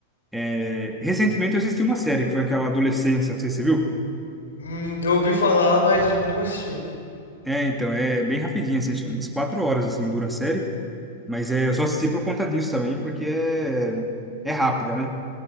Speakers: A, in the centre; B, on the left.
A: É, recentemente eu assisti uma série, que foi aquela Adolescência, não sei se você viu.
B: Hum, eu ouvi falar, mas nunca assisti.
A: É, então, é bem rapidinho, assim, acho que umas quatro horas, assim, dura a série. Mas é, eu só assisti por conta disso também, porque é, é rápida, né?